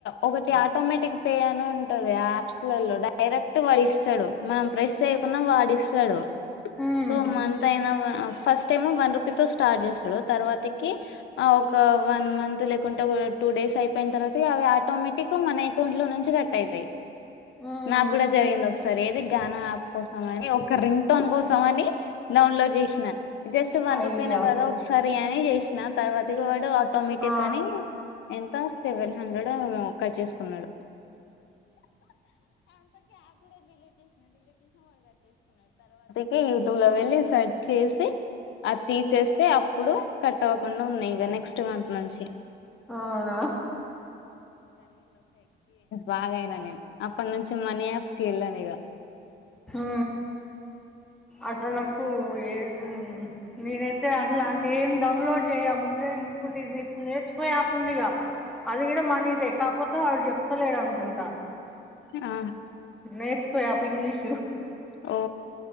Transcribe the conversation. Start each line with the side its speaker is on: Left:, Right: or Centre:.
Left: ఒకటి ఆటోమేటిక్ పే అని ఉంటది. ఆ ఆప్స్ లలో డైరెక్ట్ వాడు ఇస్తాడు. మనం ప్రెస్ చెయ్యకునా వాడిస్తాడు.
Centre: ఉమ్
Left: సో మంత్ అయినా వ ఫస్ట్ ఏమో వన్ రూపీ తో స్టార్ట్ చేస్తాడు తర్వతికి ఒక వన్ మంత్ లేకుంట కూడా టు డేస్ అయిపోయిన తర్వాత అవి ఆటోమేటిక్ మనీ ఎకౌంట్లో నుంచి కట్ అయితే.
Centre: ఉమ్
Left: నాకు కూడా జరిగింది ఒకసారి. ఏది గానా యాప్ కోసం. ఒక రింగ్ టోన్ కోస్ తోనీ డౌన్లోడ్ చేసిన జస్ట్ వన్
Centre: అయ్యా
Left: రూపీ నే కదా ఒకసారి. బిర్యానీ చేసిన. తర్వాత ఇగ వాడు ఆటోమేటిక్
Centre: ఆ
Left: అని ఎంత స్ సెవెన్ హండ్రెడ్ ఓ ఏమో కట్ చేసుకున్నాడు. కి యూట్యూబ్ లో వెళ్లి సెర్ చేసి ఆద్ తీసేస్తే అప్ అప్పుడు కట్ అవ్వకుండా ఉన్నాయ్ ఇగ నెక్స్ట్ మంత్ నుంచి.
Centre: అవునా.
Left: బాగయినా నేను. అప్పటి నుంచి మాని ఆప్స్ కి ఎల్లనిగా.
Centre: హూ అసలు నాకు ఏ నేనైతే అట్లాంటి ఏం డౌన్లోడ్ చేయ ముందే చూస్ కు నేర్చుకో యాప్ ఉంది గా అది కూడా మనీదే కాకపోతే వాడు చెప్తలేడు అనుకుంటా.
Left: ఆ.
Centre: నేర్చు యాప్ ఇంగ్లీష్
Left: ఓ